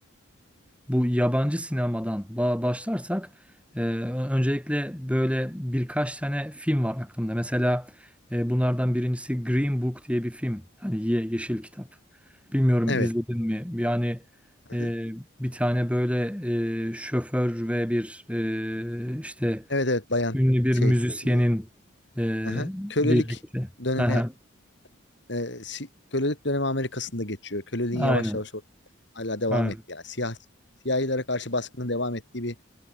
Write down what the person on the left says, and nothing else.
Evet.
Hı
hı.
Evet evet bayan
şey
e,
hı hı. Kölelik
dönemi
e, si- kölelik dönemi Amerika'sında geçiyor. Köleliğin
yavaş yavaş ortaya hala devam
etti yani. Siyah, siyahilere karşı baskının devam ettiği bir